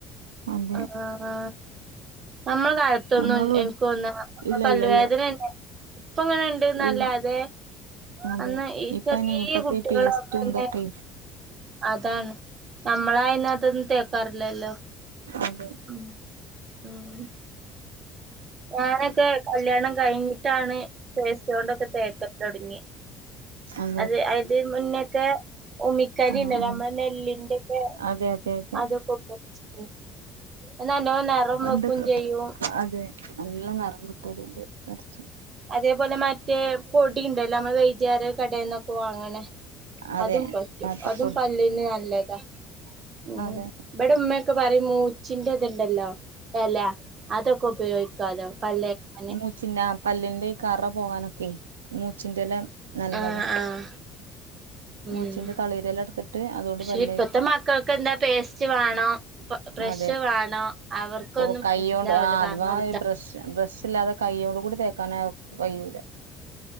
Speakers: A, on the right (about 80°); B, on the right (about 40°).
A: അതെ
B: ആഹ് നമ്മൾ തൊന്നും
A: നമ്മള്
B: എനിക്ക് തോന്ന
A: ഇല്ല
B: പല്ലുവേദനന്ന
A: ഇല്ല ഇല്ല
B: ഇപ്പ ഇങ്ങനെുണ്ട്ന്നല്ല
A: ഇല്ല
B: അതെ
A: അതെ
B: എന്നാ ഈ
A: ഇപ്പനെ
B: ചെറിയ
A: ഇപ്പത്തെ
B: കുട്ടികള
A: ഈ പേസ്റ്റും
B: അനെ
A: ഇതൊക്കെ
B: അതാണ് നമ്മളായാലും അതൊന്നും തേക്കാറില്ലല്ലോ
A: അതെ
B: ഉം ഉം ഞാനൊക്കെ കല്യാണം കഴിഞ്ഞിട്ടാണ് പേസ്റ്റോണ്ടൊക്കെ തേക്കൻ തുടങ്ങി
A: ആ <unintelligible>
B: അത് അതിന് മുന്നൊക്കെ ഉമിക്കരി
A: ആഹ്
B: ഉണ്ട്
A: ആഹ്
B: നമ്മെ നെല്ലിന്റെക്കെ
A: അതെ അതെ അതെ
B: <unintelligible> എന്നല്ലോ നിറം
A: പണ്ടൊക്കെ
B: വെക്കും ചെയ്യും
A: അതെ നല്ല നിറം കിട്ട് അതുകൊണ്ട് വരച്ച
B: അതേപോലെ മറ്റേ പൊടി ഉണ്ടല്ലോ നമ്മള് വൈദ്യര കടയിൽന്നൊക്കെ വാങ്ങണേ
A: അതെ
B: അതും പറ്റൂ അതും
A: പൊടി
B: പല്ലിന് നല്ലതാ ഉം
A: അതെ
B: ഇവിടെ ഉമ്മയൊക്കെ പറയും മൂച്ചിന്റെ ഇതുണ്ടല്ലോ എല അതൊക്കെ ഉപയോഗിക്കാലോ പല്ലേക്കാന്
A: മൂച്ചിന്റെ പല്ലിന്റെ ഈ കറ പോകാനൊക്കെ മൂച്ചിന്റെല്ല നല്ലതാ
B: ആഹ് ആഹ് ഉം
A: മൂച്ചിന്റെ തളിരെല എടുത്തിട്ട് അതുകൊണ്ട്
B: പക്ഷെ
A: പല്ലേക്കും
B: ഇപ്പത്തെ മക്കൾക്ക് എന്താ പേസ്റ്റ് വേണം ഇ ബ്രഷ്
A: അതെ
B: വാണം അവർക്കൊന്നും
A: ഓ കൈയ്യോണ്ട്
B: മനസ്സിലാവല്ല
A: ആ
B: പറഞ്ഞ
A: അഥവാ
B: കൊടുക്ക
A: ബ്രഷ് ബ്രഷില്ലാതെ കയോണ്ട് കൂടി തേക്കാനവര്ക് കഴൂല